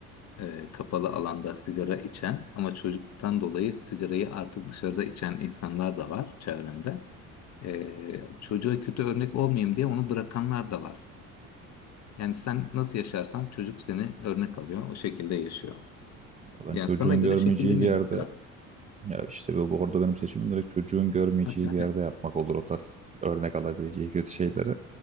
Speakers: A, on the left; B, on the right.
A: e, kapalı alanda sigara içen ama çocuktan dolayı sigarayı artık dışarıda içen insanlar da var çevremde. Ee, çocuğa kötü örnek olmayayım diye onu bırakanlar da var. Yani sen nasıl yaşarsan çocuk seni örnek alıyor, o şekilde yaşıyor.
B: Ya ben
A: Yani
B: çocuğun
A: sana göre
B: görmeyeceği
A: şekilleniyor
B: bir yerde
A: biraz.
B: Ya işte bu, bu orada benim seçimim direkt çocuğun görmeyeceği
A: <laughs>
B: bir yerde yapmak olur o tarz örnek alabileceği kötü şeyleri.